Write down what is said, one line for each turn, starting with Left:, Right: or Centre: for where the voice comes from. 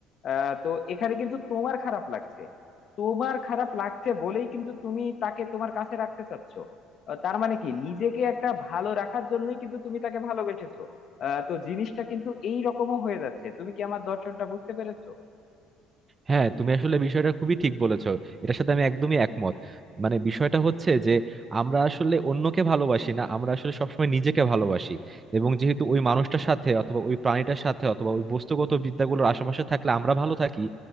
Left: আহ তো এখানে কিন্তু তোমার খারাপ লাগছে তোমার খারাপ লাগছে বলেই কিন্তু তুমি তাকে তোমার কাছে রাখতে চাচ্ছ আহ, তার মানে কি নিজেকে একটা ভালো রাখার জন্যই কিন্তু তুমি তাকে ভালোবেসেছো আহ তো জিনিসটা কিন্তু এই রকমও হয়ে যাচ্ছে তুমি কি আমার দর্শনটা বুঝতে পেরেছো
Right: হ্যাঁ তুমি আসলে বিষয়টা খুবই ঠিক বলেছো এটার সাথে আমি একদমই একমত মানে বিষয়টা হচ্ছে যে আমরা আসলে অন্যকে ভালোবাসি না আমরা আসলে সবসময় নিজেকে ভালোবাসি এবং যেহেতু ওই মানুষটার সাথে অথবা ওই প্রাণীটার সাথে অথবা ওই বস্তুগত বিদ্যাগুলোর আশেপাশে থাকলে আমরা ভালো থাকি